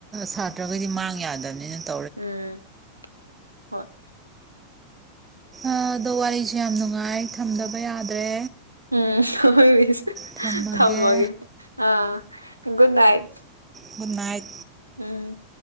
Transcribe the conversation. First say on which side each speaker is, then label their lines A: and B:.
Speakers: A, on the right; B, on the right.
A: ꯁꯥꯇ꯭ꯔꯒꯗꯤ ꯃꯥꯡ ꯌꯥꯗꯕꯅꯤ ꯅꯠꯇ <inaudible>
B: ꯎꯝ ꯍꯣꯏ <unintelligible>
A: ꯑꯗꯣ ꯋꯥꯔꯤꯁꯦ ꯌꯥꯝ ꯅꯨꯡꯉꯥꯏ ꯊꯝꯗꯕ ꯌꯥꯗ꯭ꯔꯦ
B: ꯎꯝ ꯍꯣꯏ ꯃꯤꯁ
A: ꯊꯝꯃꯒꯦ
B: ꯊꯃꯒꯦ ꯑ ꯒꯗ ꯅꯥꯏꯠ
A: ꯒꯨꯗ ꯅꯥꯏꯠ
B: ꯎꯝ꯫